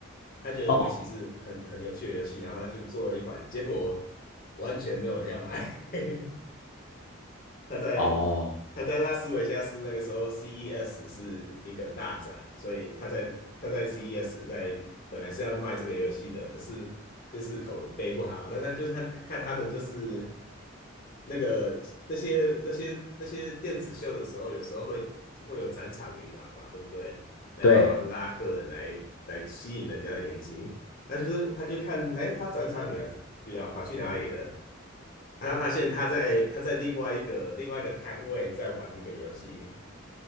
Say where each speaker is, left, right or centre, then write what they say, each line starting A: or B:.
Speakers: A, on the left; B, on the left.
A: 他觉得围棋是很很有趣的游戏，
B: 哦
A: 然后他就做了一款，结果完全没有人要买。<laughs> 他在
B: 哦，
A: 他在拉斯维加斯那个时候，CES 是一个大展，所以他在他在 CES 在本来是要卖这个游戏的，可是就是口碑不好，那那就是看看他的就是那个那些那些那些电子秀的时候，有时候会会有展场女郎嘛，对不对？来帮忙拉客人来来吸引人家的眼睛，
B: 对
A: 他就是他就看哎，他展场女郎女郎跑去哪里了？然后发现他在他在另外一个另外一个摊位在玩一个游戏，